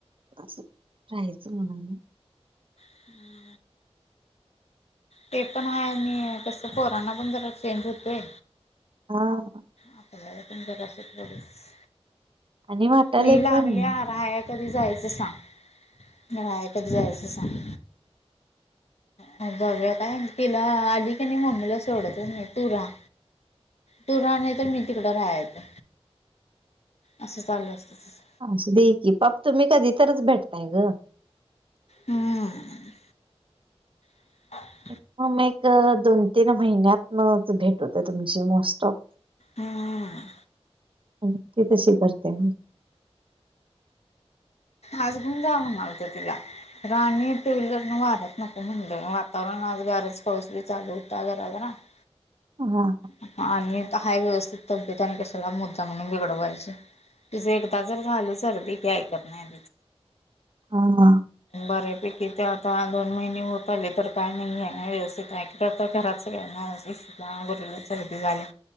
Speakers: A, on the right; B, on the left.
A: आस राहायचं म्हनालोय
B: <unintelligible> ते पण हाय आणि कसं पोरांना पण जरा चेंज होतोय.
A: हा.
B: आपल्याला पण जारास तेवढंच.
A: आणि वाटालय
B: ती लागल्या
A: पण
B: राहा कधी जायचं सांग? राहाय कधी जायचं सांग? मग जाऊया काय तिला आली कणी मम्मीला सोडतच नाही. तु रहा. तु रहा नाही तर मी तिकडं राहाय येतो असं चालू असतय तिज
A: असुदे की पा, तुम्ही कधी तरच भेटताय ग
B: हम्म. <inaudible>
A: <unintelligible> एक, दोन, तीन महिन्यातन च भेट <unintelligible> तुमची मोस्ट ऑफ
B: हम्म
A: म्हनून ती तशी करत्या ग
B: आज घेऊन जावा म्हणालतो तिला खर आणि टू व्हीलर न वाऱ्यात नको म्हणलं. वातावरण आज गारच. पाऊस बी चालू होता जरा - जरा <inaudible>
A: हा हा
B: ह आणि हाय व्यवस्थित तब्येत आणि कशाला मुद्दामन म्हणून बिघडवायची तुझे एकदा जर झाल सर्दी की ऐकत नाही
A: ह हा
B: बर्या पैकी ते आता दोन महिने होत आले तर काय नाही हाय व्यवस्थित हाय काय तर घरात सगळ्यांना इशूला गरुला सर्दी झालीया